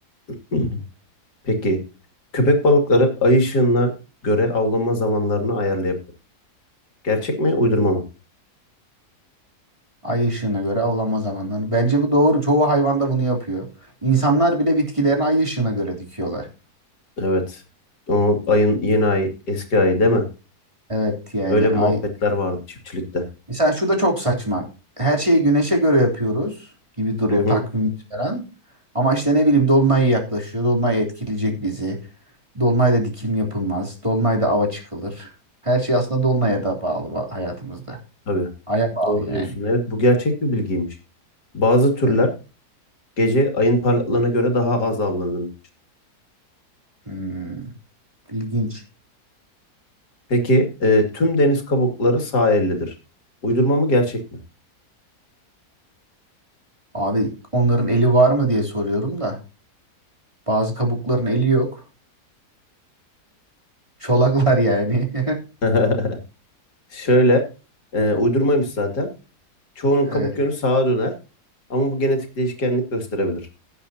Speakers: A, on the left; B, on the right.
A: <clears throat> Peki köpek balıkları ay ışığına göre avlanma zamanlarını ayarlayabilir. Gerçek mi, uydurma mı?
B: Ay ışığına göre avlanma zamanları. Bence bu doğru. Çoğu hayvan da bunu yapıyor. İnsanlar bile bitkilerini ay ışığına göre dikiyorlar.
A: Evet. O ayın yeni ay, eski ay değil mi?
B: Evet yani
A: Öyle bir
B: ay.
A: muhabbetler vardı çiftçilikte.
B: Mesela şu da çok saçma. Her şeyi güneşe göre yapıyoruz gibi duruyor
A: Hı hı,
B: takvim falan. Ama işte ne bileyim dolunay yaklaşıyor. Dolunay etkileyecek bizi. Dolunayda dikim yapılmaz. Dolunayda ava çıkılır. Her şey aslında dolunaya da bağlı ba- hayatımızda.
A: tabii.
B: Aya bağlı
A: Doğru
B: yani.
A: diyorsun. Evet, bu gerçek bir bilgiymiş. Bazı türler
B: Evet.
A: gece ayın parlaklığına göre daha az avlanır.
B: Hmm, ilginç.
A: Peki e, tüm deniz kabukları sağ ellidir. Uydurma mı, gerçek mi?
B: Abi onların eli var mı diye soruyorum da. Bazı kabukların eli yok. Çolaklar yani. <laughs>
A: <laughs> Şöyle, e, uydurmaymış zaten. Çoğunun
B: Evet.
A: kabuk yönü sağa döner. Ama bu genetik değişkenlik gösterebilir.